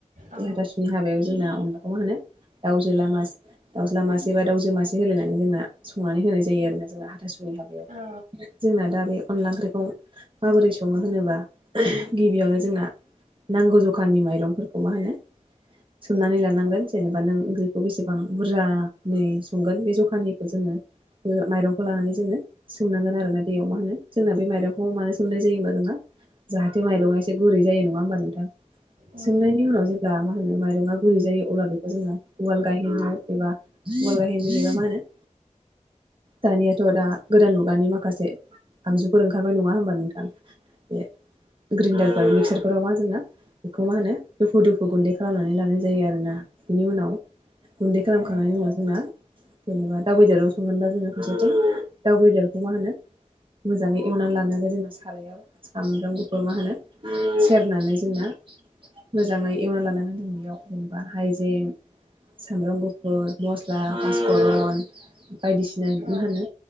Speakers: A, on the right; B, on the right.
A: औ
B: बे हाथासुनि हाबायाव जोंना अनला मा होनो दाउजोला मासे दावज्ला मासे बा दाउजो मासे होलायनानै जोंना संना नै होनाय जायो आरोना जोंना हाथाइासुनि हाबायाव।
A: औ
B: जोंना दा बे अनला ओंख्रिखौ माबोरै सङो होनोबा? गिबियावनो जोंना नांगौ जखानि माइरंफोरखौ मा होनो? सोमनानै लानांगोन जेनेबा नों ओंख्रिखौ बेसेबां बुरजानि संगोन बे जखानिखौ जोङो माइरंखौ लानानै जोङो सोमनांगोन आरोना दैयाव मा होनो? जोंना बे माइरंखौ मानो सोमनाय जायो होमबा? जोंहा जाहाथे माइरंआ एसे गुरै जायो नङा होमबा नोंथां?
A: उम
B: सोमनायनि उनाव जेब्ला मा होनो? माइरङा गुरै जायो अब्ला बेखौ जोङो उवाल गायहेनाव एबा उवाल गाहेन होनोना मा होनो? दानियाथ' दा गोदान मुगानि माखासे आगजुफोर ओंखारबाय, नङा होमबा नोंथां? बे ग्राइन्डारफोर मिक्सारफोराव मा जोंना बेखौ मा होनो दुफु दुफु गुन्दै खालामनानै लानाय जायो आरोना। बिनि उनाव गुन्दै खालामखांनायनि
A: औ
B: मुङा जोंना जेनेबा दाव बेदराव संगोनबा जोङो फारसेथिं दाउ बेदरखौ मा होनो? मोजाङै एवनानै लानांगोन जोङो सारायाव सामब्राम गुफुर मा होनो? सेरनानै जोंना मोजाङै एवना लानांगोन जों बेयाव जेनेबा हाइजें सामब्राम गुफुर मस्ला पासफुरन बायदिसिना
A: औ
B: मा होनो